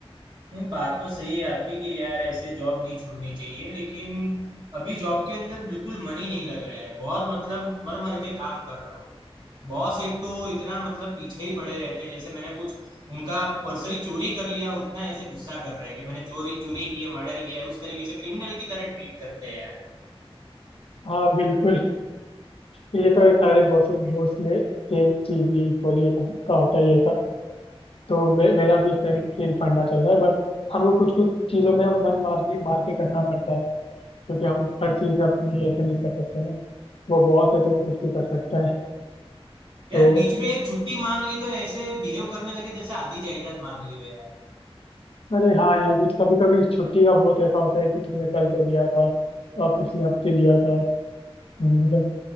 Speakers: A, on the right; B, on the left.
A: नहीं बात तो सही है आपकी कि यार ऐसे जॉब नहीं छोड़नी चाहिए लेकिन अभी जॉब के अंदर बिल्कुल मन ही नहीं लग रहा है बहुत मतलब मर मर के काम कर रहा हूँ बॉस एक तो इतना मतलब पीछे ही पड़े रहते हैं जैसे मैंने कुछ उनका पर्स ही चोरी कर लिया उतना ऐसे गुस्सा कर रहे हैं कि मैंने चोरी चोरी की है मर्डर किया है उस तरीके से क्रिमिनल की तरह ट्रीट करते हैं यार
B: हाँ बिल्कुल ये तो ये सारे बॉस बॉस में सेम चीज ये इक्वली का होता ही है ऐसा तो मे, मेरा भी सेम सेम फंडा चल रहा है बट हमको कुछ कुछ चीजों में हम मन मार मार के करना पड़ता है क्योंकि हम हर चीज़ अपने लिए ऐसे नहीं कर सकते ना वो बॉस है तो वो कुछ भी कर सकता है
A: यार
B: तो
A: बीच में एक छुट्टी मांग ली तो ऐसे बिहेव करने लगे जैसे आधी जायदाद मांग ली हो यार
B: अरे हाँ यार भी तो कभी कभी छुट्टी का बहुत ऐसा होता है कि तुमने कल तो लिया था अब पिछले हफ्ते लिया था हम्म, मतलब